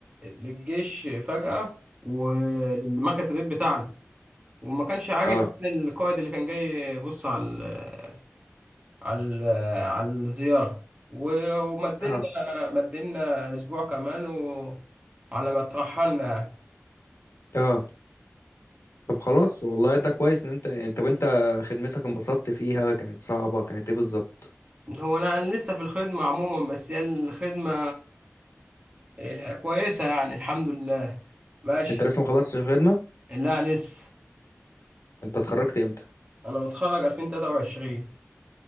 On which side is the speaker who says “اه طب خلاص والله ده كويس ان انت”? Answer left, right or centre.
Left